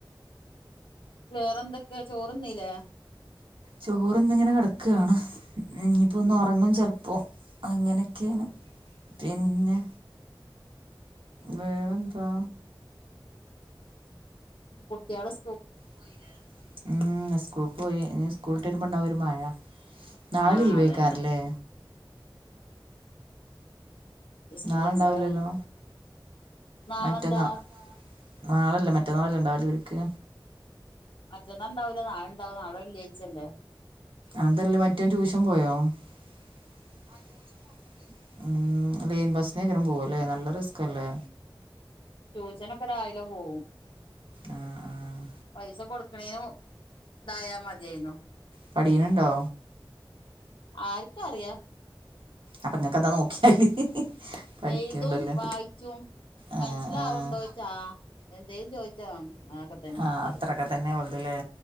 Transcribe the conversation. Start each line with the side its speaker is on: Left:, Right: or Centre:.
Left: വേറെ എന്തൊക്കെയ ചോറ് തിന്നില്ലേ
Right: ചോറിന്നിങ്ങനെ കടക്കാണ് ഇനിയിപ്പോ
Left: ഉം
Right: ഒന്ന് ഒറങ്ങും ചെലപ്പോ അങ്ങനെക്കെണ് പിന്നെ വേറെന്താ
Left: കുട്ട്യാള് സ്
Right: പോയില്ലേ ഉം സ്കൂൾക്ക് പോയി ഇനി സ്കൂളിട്ട് വരുമ്പോടവും ഒരു മഴ നാളെ
Left: ആഹ്
Right: ലീവെക്കാരല്ലേ
Left: അതന്നെ സ്കൂൾണ്ട്
Right: നാളെണ്ടാവുല്ലല്ലോ
Left: നാളെന്താ
Right: മറ്റന്നാ അതെന്താ നാളെല്ല മറ്റേനാളല്ലേ ഇണ്ടാവല് ഇവർക്ക്
Left: മറ്റന്നാ ഇണ്ടാവുല്ല നാളണ്ടാവും നാളെ വെള്ളിയായിച്ചല്ലേ
Right: അതല്ല മറ്റൊന് ട്യൂഷൻ പോയോ ആഹ് ട്യൂഷൻ പൊക്കണ്ട് ഉം ലെയിൻ ബിസിനെക്കാരെ പോവാ നല്ല റിസ്കല്ലേ
Left: ട്യൂഷനൊക്കെ രാവിലെ പോവും
Right: ആഹ് ആഹ്
Left: പൈസ കൊടുക്കണേനു ഇതായ മതിയായിന്നു
Right: പഠിണിണ്ടോ
Left: ആർക്കറിയാ
Right: അപ്പൊ നിങ്ങക്ക്ന്താ നോക്കിയാല് പഠിക്കണ്ടല്ലോ
Left: എയ്തും വായിച്ചും
Right: ആഹ്
Left: മനസ്സിലാവുണ്ടോയിച്ചാ
Right: ആഹ്
Left: ആഹ് എന്തേലും ചോയിച്ച <unintelligible> ഞാക്കത്തന്നെ
Right: ആഹ്
Left: പരേല്
Right: അത്രൊക്കെ തന്നെ ഓൽത് ല്ലേ